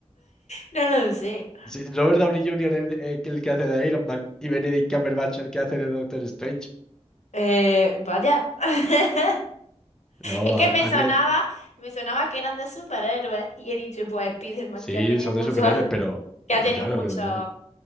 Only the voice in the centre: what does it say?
Sí, Robert Downey Jr., el, eh, que- el que hace de Iron Man, y Benedict Cumberbatch, el que hace de Doctor Strange.
No,
han,
han
he-
sí,
son
de superhéroes,
pero,
pero
claro,
pero no.